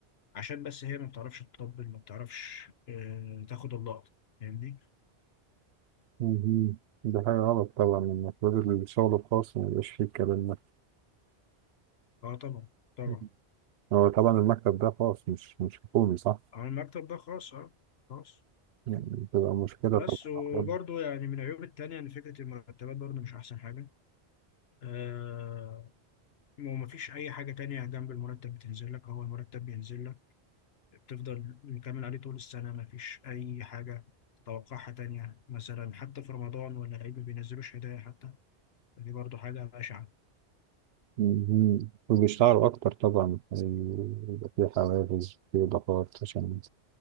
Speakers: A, on the left; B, on the right.
A: عشان بس هي ما بتعرفش تطبل ما بتعرفش آه، تاخد اللقطة فاهمني؟
B: مهم. دي حاجة غلط طبعا المفروض الشغل الخاص ما يبقاش فيه الكلام ده
A: اه طبعا طبعا
B: مهم. هو طبعا المكتب ده خاص مش مش حكومي صح؟
A: على المكتب ده خاص اه خاص
B: يعني بتبقى مشكلة
A: بس
B: طبعا
A: وبرضه يعني من العيوب التانية إن فكرة المرتبات برضه مش أحسن حاجة آه ومفيش أي حاجة تانية جنب المرتب بتنزل لك هو المرتب بينزل لك بتفضل مكمل عليه طول السنة مفيش أي حاجة تتوقعها تانية مثلا حتى في رمضان ولا العيد ما بينزلوش هدايا حتى دي برضو حاجة بشعة
B: مهم. وبيشتغلوا أكتر طبعا يبقى في حوافز في إضافات عشان